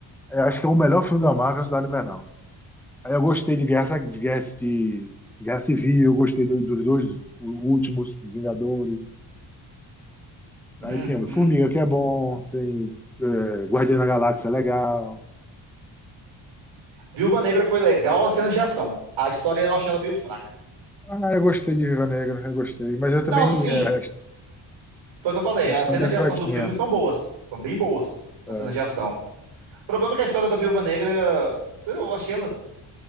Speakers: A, in the centre; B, on the right.
A: eu acho que é o melhor filme da Marvel, Soldado Invernal. Aí eu gostei de Guerra, de Guerra, de Guerra Civil, eu gostei do- dos dois últimos, Vingadores.
B: Uhum.
A: Aí tem Homem-Formiga, que é bom, tem é, Guardiã da Galáxia, é legal.
B: Viúva Negra foi legal as cenas de ação. A história eu achei ela meio fraca.
A: Ah, eu gostei de Viva Negra, eu gostei. Mas eu também,
B: Não, sim,
A: é,
B: foi o que eu falei.
A: a
B: As
A: história
B: cenas
A: é
B: de
A: fraquinha.
B: ação do filme são boas. São bem boas as
A: é.
B: cenas de ação. O problema é que a história da Viúva Negra, eu achei ela